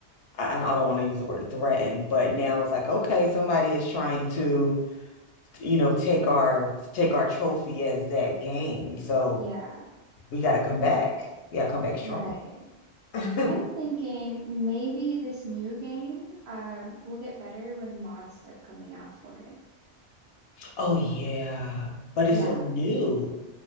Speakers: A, on the left (about 65°); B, on the right (about 60°).
A: I, I don't want to use the word threaten, but now it's like, okay, somebody is trying to, you know, take our take our trophy as that game. So
B: Yeah.
A: we got to come back. Yeah, come back strong.
B: Right.
A: <laughs>
B: I'm thinking maybe this new game uh will get better when mods start coming out for it.
A: Oh yeah, but
B: Yeah,
A: it's so new.